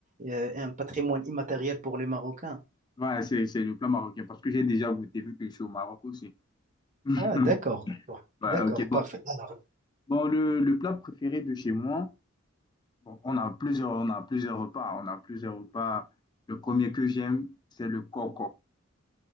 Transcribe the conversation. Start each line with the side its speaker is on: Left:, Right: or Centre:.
Right: euh, un patrimoine immatériel pour les Marocains.
Left: Ouais, c'est, c'est le plat marocain parce que j'ai déjà goûté vu que je suis au Maroc aussi. <laughs>
Right: Ah, d'accord, d'accord,
Left: Ouais,
Right: d'accord,
Left: ok, bon.
Right: parfait. Alors,
Left: Bon, le, le plat préféré de chez moi, bon, on a plusieurs, on a plusieurs repas. On a plusieurs repas. Le premier que j'aime, c'est le coco.